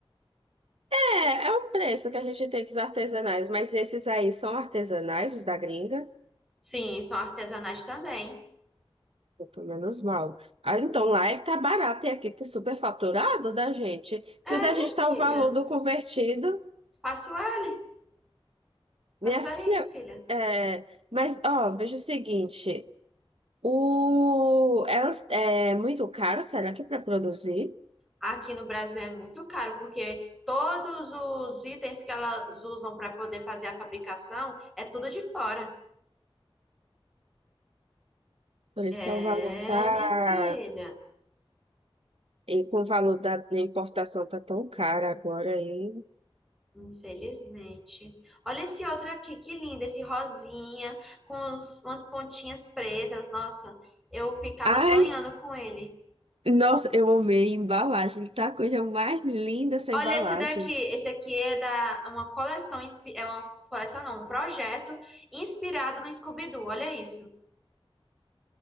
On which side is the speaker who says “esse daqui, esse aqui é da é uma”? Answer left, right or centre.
Centre